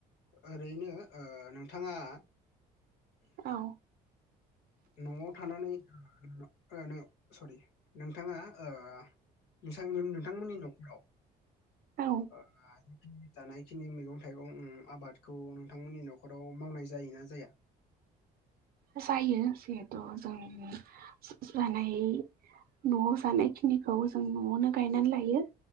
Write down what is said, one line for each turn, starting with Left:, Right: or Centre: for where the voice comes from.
Left: ओरैनो ओ नोंथाङा
Right: औ
Left: न'वाव थानानै ओ नो सरि नोंथाङा ओ नोंथां नोंथांमोननि न'खराव
Right: औ
Left: ओ थानाय खिनि मैगं थाइगं ओम आबादखौ नोंथांमोननि न'खराव मावनाय जायोना जाया?
Right: जायो जिहेथु जों जा-जानाय न'वाव जानाय खिनिखौ जों न'वावनो गायनानै लायो